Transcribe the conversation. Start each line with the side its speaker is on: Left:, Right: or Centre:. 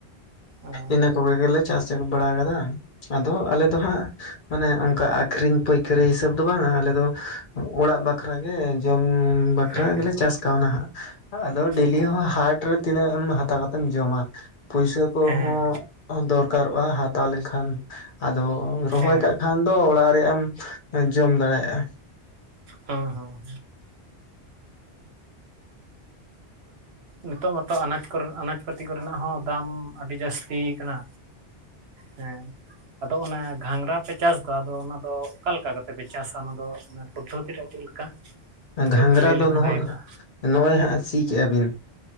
Right: ᱚ
Left: ᱤᱱᱟᱹ ᱠᱚᱜᱮ ᱜᱮᱞᱮ ᱪᱟᱥ ᱵᱟᱲᱟ ᱟᱠᱟᱫᱟ, ᱟᱫᱚ ᱟᱞᱮ ᱫᱚ ᱦᱟᱸᱜ ᱢᱟᱱᱮ ᱚᱱᱠᱟ ᱟᱠᱷᱨᱤᱧ ᱯᱟᱹᱭᱠᱟᱹᱨᱤ ᱦᱤᱥᱟᱹᱵ ᱫᱚ ᱵᱟᱝᱟ ᱟᱞᱮ ᱫᱚ ᱚᱲᱟᱜ ᱵᱟᱠᱷᱨᱟᱜ ᱜᱮ ᱡᱚᱢ ᱵᱟᱠᱷ ᱠᱷᱨᱟ
Right: ᱦᱮᱸ
Left: ᱜᱮᱞᱮ
Right: ᱦᱮᱸ
Left: ᱪᱟᱥ ᱠᱟᱣᱱᱟ ᱦᱟᱸᱜ ᱟᱫᱚ ᱰᱮᱞᱤ
Right: ᱚ
Left: ᱦᱚᱸ ᱦᱟᱴ ᱨᱮ ᱛᱤᱱᱟᱹᱜ ᱮᱢ ᱦᱟᱛᱟᱣ ᱠᱟᱛᱮᱢ ᱡᱚᱢᱟ ᱯᱩᱭᱥᱟᱹ ᱠᱚᱦᱚᱸ
Right: ᱦᱮᱸ
Left: ᱫᱚᱨᱠᱟᱨᱚᱜ-ᱟ ᱦᱟᱛᱟᱣ ᱞᱮᱱᱠᱷᱟᱱ ᱟᱫᱚ ᱨᱚᱦᱚᱭ
Right: ᱦᱮᱸ
Left: ᱠᱟᱜ ᱠᱷᱟᱱ ᱫᱚ ᱚᱲᱟᱜ ᱨᱮᱭᱟᱜ ᱮᱢ ᱡᱚᱢ ᱫᱟᱲᱮᱭᱟᱜ-ᱟ᱾
Right: ᱦᱚᱸ ᱦᱚᱸ ᱦᱮᱸ ᱱᱤᱛᱚᱜ ᱢᱟᱛᱚ ᱟᱱᱟᱡ ᱠᱚᱨᱮ ᱟᱱᱟᱡ ᱯᱟᱹᱛᱤ ᱠᱚᱨᱮᱱᱟᱜ ᱦᱚᱸ ᱫᱟᱢ ᱟᱹᱰᱤ ᱡᱟᱹᱥᱛᱤ ᱟᱠᱟᱱᱟ᱾ ᱦᱮᱸ ᱟᱫᱚ ᱚᱱᱟ ᱜᱷᱟᱸᱜᱽᱨᱟ ᱯᱮ ᱪᱟᱥ ᱮᱫᱟ ᱟᱫᱚ ᱚᱱᱟ ᱫᱚ ᱚᱠᱟ ᱞᱮᱠᱟ ᱠᱟᱛᱮ ᱯᱮ ᱪᱟᱥᱟ ᱚᱱᱟ ᱫᱚ ᱚᱱᱟ ᱯᱚᱫᱽᱫᱷᱚᱛᱤ ᱨᱮᱭᱟᱜ ᱪᱮᱫ ᱞᱮᱠᱟ? ᱠᱟᱹᱴᱤᱡ
Left: ᱜᱷᱟᱸᱝᱜᱽᱨᱟ
Right: ᱵᱤᱱ ᱞᱟᱹᱭ
Left: ᱫᱚ
Right: ᱞᱮᱠᱷᱟᱱ
Left: ᱱᱚ-ᱚᱭ
Right: ᱵᱷᱟᱜᱮ ᱠᱚᱜᱼᱟ
Left: ᱱᱚᱜ-ᱚᱭ ᱦᱟᱸᱜ ᱥᱤ ᱠᱮᱜ-ᱟ ᱵᱤᱱ